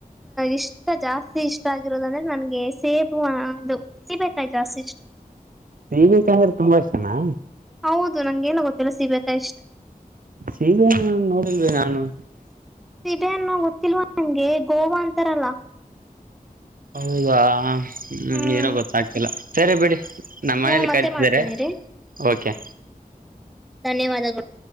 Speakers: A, in the centre; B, on the right.
A: ಇಷ್ಟ ಜಾಸ್ತಿ ಇಷ್ಟ ಆಗಿರೋದಂದ್ರೆ ನನ್ಗೆ ಸೇಬು ಅದು ಸೀಬೆ ಕೈ ಜಾಸ್ತಿ ಇಷ್ಟ.
B: ಸಿಬೇಕಂದ್ರೆ ತುಂಬಾ ಇಷ್ಟನಾ.
A: ಹೌದು ನಂಗಗೆೇನ ಗೊತ್ತಿಲ್ಲ ಸಿಬೇಕಾ ಇಷ್ಟ.
B: ಸಿಬೆ ನೋಡಿಲ್ವ ನಾನು.
A: ಇದೆನ್ನು ಹೋಗ್ತಿಲ್ವ ನಂಗೆ ಗೋವಾ ಅಂತಾರಲ್ಲ
B: ಹೌದಾ ಹ್ಮ
A: ಹ್ಮ್
B: ಏನೋ ಗೊತ್ತಾಗ್ತಿಲ್ಲ ಸರೆ ಬಿಡಿ. ನಮ್ಮ
A: ಹ್ಮ್
B: ಮನೇಲಿ ಕರಿತಿದ್ದಾರೆ
A: ಮತ್ತೆ ಮಾಡ್ತೀನಿ ರೀ
B: ಓಕೆ.
A: ಧನ್ಯವಾದಗಳು.